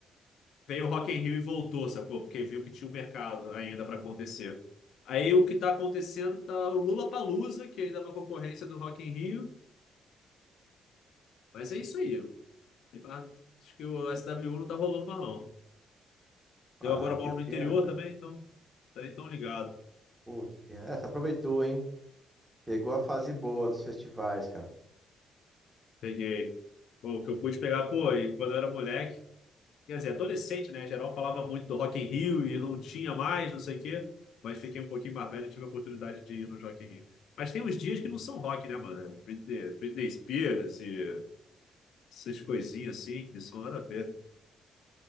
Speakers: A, on the left; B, on the right.
A: veio o Rock in Rio e voltou, sacou? Porque viu que tinha um mercado ainda para acontecer. Aí o que tá acontecendo tá o Lollapalooza, que ainda é uma concorrência do Rock in Rio. Mas é isso aí. Tem mais- Acho que o SWU não tá rolando mais, não. Eu
B: Ah,
A: agora
B: que
A: moro no interior
B: pena, cara.
A: também, então tá nem tão ligado.
B: Pô, que pena. É, você aproveitou, hein? Pegou a fase boa dos festivais, cara.
A: Peguei. O que eu pude pegar, pô, e quando eu era moleque, quer dizer, adolescente, né? Geral falava muito do Rock in Rio e não tinha mais, não sei o quê. Mas fiquei um pouquinho mais velho e tive a oportunidade de ir no Rock in Rio. Mas tem uns dias que não são rock, né, mano? É Britney, Britney Spears e essas coisinhas assim que são nada a ver.